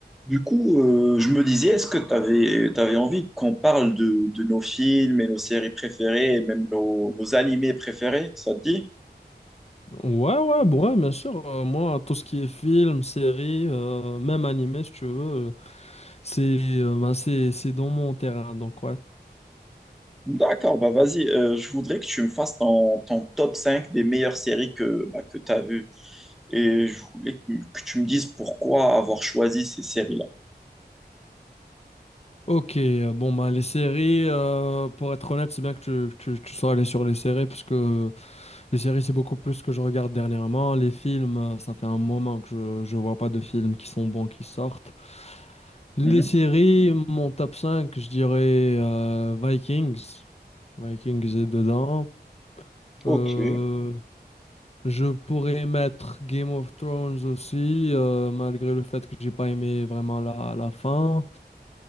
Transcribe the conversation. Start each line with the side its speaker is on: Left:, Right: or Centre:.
Centre: Du coup, euh, je me disais, est-ce que tu avais, envie qu'on parle de, de nos films et nos séries préférées et même nos, nos animés préférés, ça te dit?
Left: Ouais, ouais, bon, ouais, bien sûr. euh, moi, tout ce qui est film, série, euh, même animé, si tu veux, euh, c'est euh, ben, c'est, c'est dans mon terrain, donc ouais.
Centre: D'accord, bah vas-y, euh, je voudrais que tu me fasses ton, ton top 5 des meilleures séries que, bah, que tu as vues. Et je voulais que, que tu me dises pourquoi avoir choisi ces séries-là.
Left: Ok, euh, bon, ben, les séries, euh, pour être honnête, c'est bien que tu, que tu, tu sois allé sur les séries, parce que les séries, c'est beaucoup plus ce que je regarde dernièrement. Les films, euh, ça fait un moment que je, je vois pas de films qui sont bons, qui sortent. Les
Centre: Mhm.
Left: séries, mon top 5, je dirais euh, Vikings. Vikings est dedans.
Centre: Ok,
Left: Euh, Je pourrais mettre Game of Thrones aussi, euh, malgré le fait que j'ai pas aimé vraiment la, la fin.